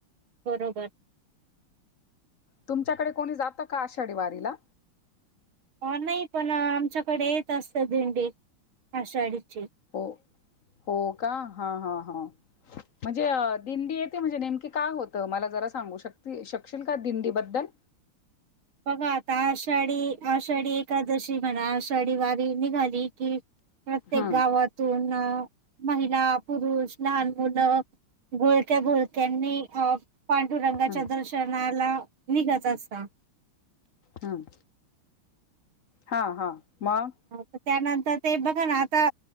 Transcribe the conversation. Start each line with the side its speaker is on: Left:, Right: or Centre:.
Right: बरोबर
Left: तुमच्याकडे कोणी जातं का आषाढी वारीला
Right: हो नाही पण आमच्याकडे येत असत भेंडी आषाढची
Left: हो हो का हा हा हा म्हणजे दिंडी येते म्हणजे नेमकीे काय होतं मला जरा सांगू शक शकशील का दिंडीबद्दल
Right: बघा आता आषाढी आषाढी एकादशी म्हणा आषाढी वारी निघाली की प्रत्येक
Left: हा
Right: गावातून महिला पुरुष लहान मुल घळक्या घोळक्यांनी अ पांडुरंगाच्या
Left: हा
Right: दर्शनाला निघत असत
Left: हम्म हा हा मग
Right: ह त्यानंतर ते बघा ना आता